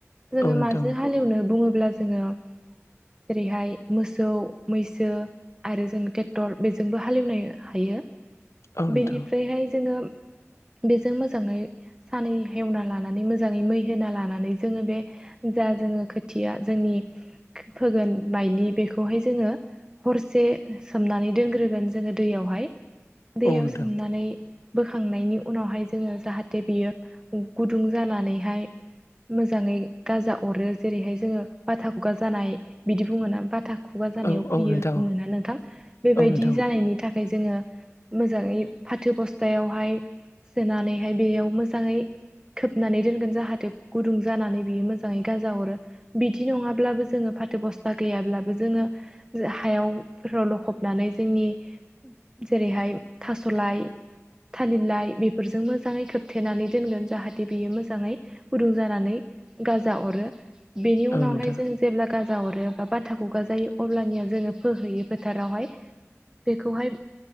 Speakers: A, on the right; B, on the left.
A: जोङो
B: औ नोंथां
A: माजों हालेवनो बुङोब्ला जोङो जेरैहाय मोसौ-मैसो आरो जों ट्रेक्टर बेजोंबो हालेवनो हायो
B: औ नोंथां
A: बेनिफ्रायहाय जोङो बेजों मोजाङै सानै हेवना लानानै मोजाङै मै होना लानानै नानै जोङो बे जा जोङो खोथिया जोंनि फोगोन माइलि बेखौहाय जों जोङो हरसे सोमनानै दोनग्रोगोन जोङो दैयावहाय दैयाव
B: औ नोंथां
A: सोमनानै बोखांनायनि उनावहाय जोङो जाहाथे बियो गुदुं जानानैहाय मोजाङै गाजा अरो जेरैहाय जोङो बाथा खुगा जानाय बिदि बुङोना बाथा खुगा जानायाव
B: औ
A: फैयो
B: नोंथां
A: बुङोना नोंथां बेबायदि
B: औ नोंथां
A: जानायनि थाखाय जोङो मोजाङै फाथो बस्थायावहाय सोनानैहाय बेयाव मोजाङै खोबनानै दोनगोन जाहाथे गुदुं जानानै बियो मोजाङै गाजा हरो बिदि नङाब्लाबो जोङो फाथो बस्था गैयाब्लाबो जोङो हायाव फोराव लखबनानै जोंनि जेरैहाय थासलाय थालिरलाइ बेफोरजों मोजाङै खोबथेनानै दोनगोन जाहाथे बियो मोजाङै फुदुं जानानै गाजा अरो बेनि
B: औ
A: उनावहाय
B: नोंथां
A: जों जेब्ला‌ गा जा अरो रो बा बाथा खुगा जायो अब्लानिया जोङो फोहैयो फोथारावहाय बेखौहाय